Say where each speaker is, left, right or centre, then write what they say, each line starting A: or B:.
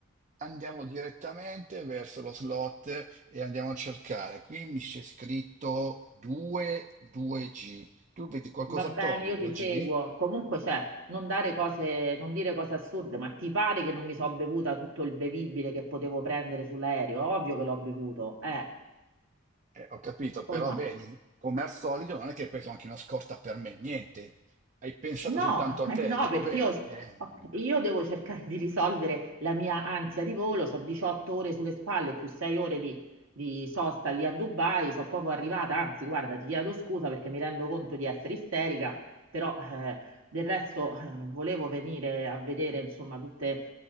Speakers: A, on the right; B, on the right.
A: andiamo direttamente verso lo slot e andiamo a cercare. Qui mi c'è scritto 2, 2G. Tu vedi qualcosa
B: Va
A: attorno,
B: bene, io
A: 2G?
B: ti seguo. Comunque, cioè, non dare cose, non dire cose assurde, ma ti pare che non mi so bevuta tutto il bevibile che potevo prendere sull'aereo? Ovvio che l'ho bevuto, eh.
A: Eh, ho capito, però
B: o no?
A: vedi, come al solito non è che hai preso anche una scorta per me, niente. Hai pensato
B: No,
A: soltanto a
B: <laughs>
A: te,
B: no,
A: dico
B: perché
A: bene.
B: io,
A: eh.
B: ok, io devo cercare di risolvere la mia ansia di volo, ho 18 ore sulle spalle più 6 ore di, di sosta lì a Dubai, sono proprio arrivata, anzi guarda, ti chiedo scusa perché mi rendo conto di essere isterica, però eh, del resto eh, volevo venire a vedere insomma tutte